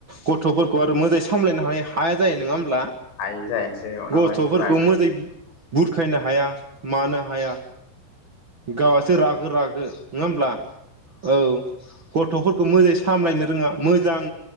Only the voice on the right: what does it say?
गथ'फोरखौ आरो मोजाङै सामलायनो हानाय हाया जायो नङा होमब्ला
गस्थ'फोरखौ
मोजाङै बुुरखायनो हाया मानो हाया गावासो रागो रागो नङा होमब्ला औ गथ'फोरखौ मोजाङै सामलायनो रोङा मोजां